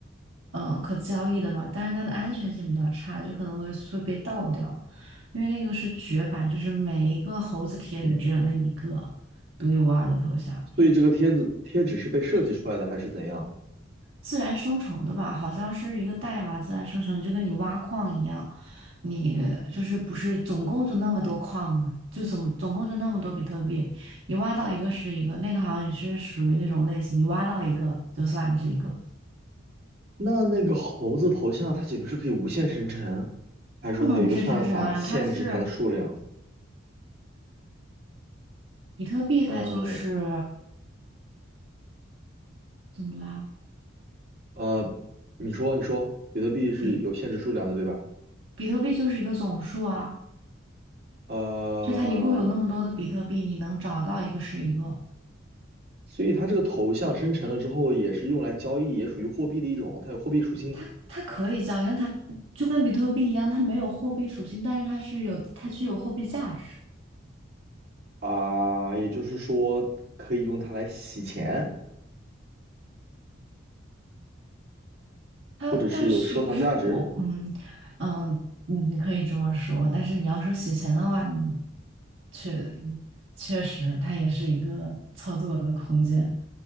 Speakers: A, on the right; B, on the right.
A: 呃可交易的嘛，但是它的安全性比较差，就可能会会被盗掉，因为那个是绝版，就是每一个猴子贴纸只有那一个独一无二的头像。
B: 嗯，所以这个贴子贴纸是被设计出来的还是怎样？
A: 自然生成的吧，好像是一个代码自然生成，就跟你挖矿一样，你就是不是总共就那么多矿嘛，就总总共就那么多比特币，你挖到一个是一个，那个好像也是属于那种类型，你挖到一个就算是一个，
B: 那那个猴子头像它岂不是可以无限生成？还是说它有一个算法限制它的数量？
A: 不能无限生成啊，它是比特币，它就是
B: 嗯。
A: 怎么啦？
B: 呃，你说你说，比特币是有限制数量的，
A: 比
B: 对吧？
A: 比特币就是一个总数啊，
B: 呃，
A: 就它一共有那么多的比特币，你能找到一个是一个。
B: 所以它这个头像生成了之后，也是用来交易，也属于货币的一种，它有货币属性
A: 它它可以交易，但它就跟比特币一样，它没有货币属性，但是它是有它具有货币价值。
B: 啊，也就是说可以用它来洗钱，
A: 它但是不是我嗯嗯，
B: 或者是有收藏价值。
A: 你你可以这么说，但是你要说洗钱的话，你确确实它也是一个操作的空间。